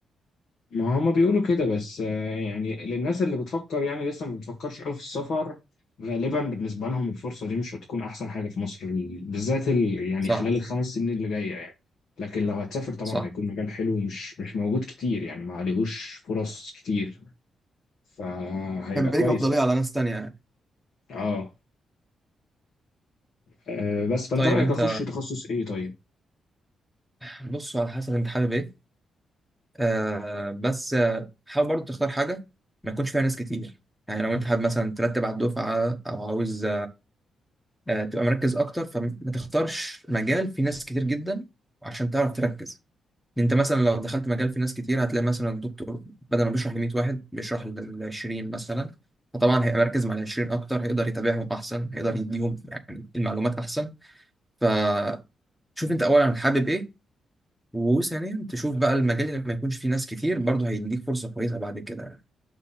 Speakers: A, on the left; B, in the centre.
A: ما هما بيقولوا كده بس آه، يعني للناس اللي بتفكر يعني لسه ما بتفكرش قوي في السفر غالبا بالنسبة لهم الفرصة دي مش هتكون أحسن حاجة في مصر بالذات ال... يعني
B: صح
A: خلال الخمس سنين اللي جاية يعني لكن لو هتسافر طبعا
B: صح
A: هيكون مجال حلو مش مش موجود كتير يعني ما عليهوش فرص كتير فهيبقى
B: هيبقى
A: كويس
B: ليك افضليه على ناس تانية يعني
A: اه آه، بس فأنت
B: طيب
A: رأيك
B: انت
A: أخش تخصص إيه طيب؟
B: بص على حسب انت حابب ايه آه بس آه، حاول برضو تختار حاجة ما يكونش فيها ناس كتير يعني لو انت حابب مثلا ترتب على الدفعة او عاوز آه تبقى مركز اكتر فما تختارش مجال فيه ناس كتير جدا عشان تعرف تركز انت مثلا لو دخلت مجال فيه ناس كتير هتلاقي مثلا الدكتور بدل ما بيشرح ل 100 واحد بيشرح لل 20 مثلا فطبعا هيبقى مركز مع ال 20 اكتر هيقدر يتابعهم احسن هيقدر يديهم يعني المعلومات احسن فشوف انت اولا حابب ايه وثانيا تشوف بقى المجال اللي ما يكونش فيه ناس كتير برضه هيديك فرصة كويسة بعد كده